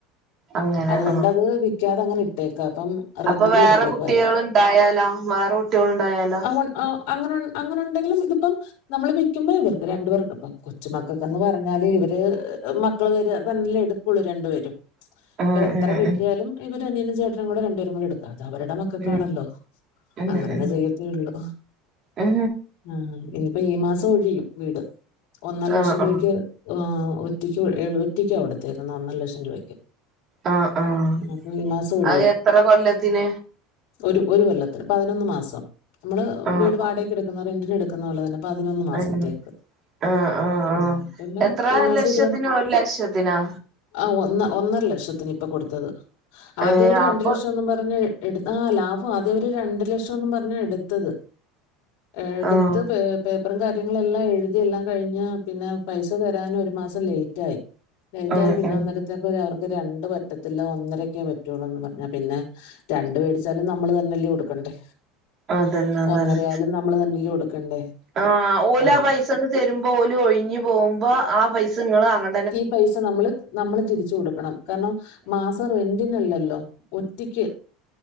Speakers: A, on the right; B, on the left.
A: അങ്ങനെ
B: അതുകൊണ്ടത്
A: ആ
B: വിക്കാത അങ്ങനെ ഇട്ടേക്ക അപ്പം. റെന്റിന്
A: അപ്പൊ വേറെ
B: കൊടുത്തേക്കുവായിരുന്നു
A: കുട്ടികള് ഇണ്ടായാലോ വേറെ കുട്ടികള് ഉണ്ടായാലോ?
B: അവ- ആ അങ്ങനെ അങ്ങനെണ്ടെങ്കിലും ഇതിപ്പം. നമ്മള് വിക്കുമ്പോ ഇവർക്ക് രണ്ടു പേർക്ക് ഇപ്പ കൊച്ച് മക്കക്കന്ന് പറഞ്ഞാല് ഇവര് മക്കള് രണ്ടില് എട് ക്കുള്ളു രണ്ടുപരും
A: ഉം
B: ഇപ്പൊ എത്ര
A: ഉം
B: കിട്ടിയാലും
A: ഉം
B: ഇവര് അനിയനും ചേട്ടനുംകുട രണ്ടുപേരുംകുട എടുക്ക അതവരുടെ മ ക്ക കാണല്ലോ
A: ഉം
B: അങ്ങനങ്
A: ഉം ഉം
B: ചെയ്യത്തെള്ളൂ.
A: ഉം
B: ആ ഇനി അപ്പൊ ഈ മാസം ഒഴിയും വീട് ഒന്നര
A: ആഹ്
B: ലക്ഷം
A: ആഹ്
B: രൂപക്ക്. ആ ഒറ്റിക്ക് ഒറ്റിക്കാകൊടുത്തേക്കുന്ന ഒന്നര ലക്ഷം രൂപയ്ക്ക്.
A: ആഹ് ആഹ്
B: അപ്പൊ ഈ മാസം ഒഴിയും.
A: അത് എത്ര കൊല്ലത്തിന്?
B: ഒരു, ഒരു കൊല്ലത്തിന് പതിനൊന്ന് മാസം നമ്മള്
A: ആഹ്
B: വീട് വാടയക്ക്‌ എടുക്കുന്ന റെന്റിന് എടുക്കുന്ന പോലെ തന്നെ. പതിനൊന്ന് മാസത്തേക്ക്.
A: അങ്ങനെ ആഹ് ആഹ് ആഹ്
B: ഉം പിന്നെ
A: എത്ര
B: ഈ മാസം
A: ലക്ഷത്തിന്
B: ഇരുപത്.
A: ഒരു ലക്ഷത്തിനാ
B: ആ ഒന്ന ഒന്നര ലക്ഷത്തിന് ഇപ്പ കൊടുത്തത്. ആദ്യ
A: ഏഹ് അപ്പൊ
B: തന്നും പറഞ്ഞ് എടു ആ ലാഭം ആദ്യം ഒരു രണ്ട് ലക്ഷോന്നും പറഞ്ഞ എടുത്തത്. എടുത്ത്
A: ആഹ്
B: പ് പേപ്പറും കാര്യങ്ങളെല്ലാം എഴുതി എല്ലാം കഴിഞ്ഞ പിന്നെ പൈസ തരാൻ ഒരു മാസം ലേറ്റ് ആയി. ലൈറ്റായി
A: ആഹ്
B: പിന്നെ
A: ആഹ്
B: ഒന്നരത്തേക്കെ അവർക്ക് രണ്ട് പറ്റത്തില്ല ഒന്നരൊക്കേ പറ്റുള്ളൂന്ന് പറു. പിന്നെ രണ്ട് വേടിച്ചാലും നമ്മള് തന്നെല്ലേ കൊടുക്കണ്ടേ.
A: അതന്നെ അതന്നെ
B: ഒന്നരയായാലും നമ്മള് തന്നെല്ല കൊടുക്കണ്ടേ.
A: ആ ഓലാ
B: ആ
A: പൈസണ്ട് തരുമ്പോ ഓല് ഒഴിഞ്ഞു പോകുമ്പോ ആ പൈസ ഇങ്ങള് അങ്ങ
B: ഈ പൈസ നമ്മള് നമ്മള് തിരിച്ചു കൊടുക്കണം കാരണം മാസം റെന്റിനല്ലല്ലോ. ഒറ്റിക്ക്